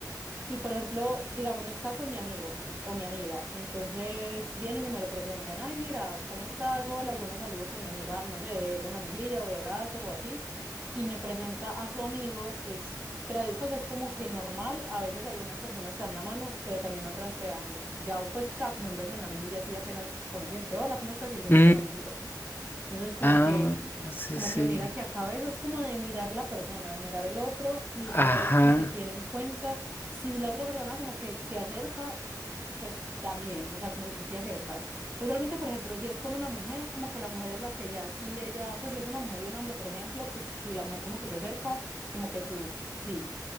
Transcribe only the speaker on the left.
Mm,
ah,
sí,
sí.
Ajá.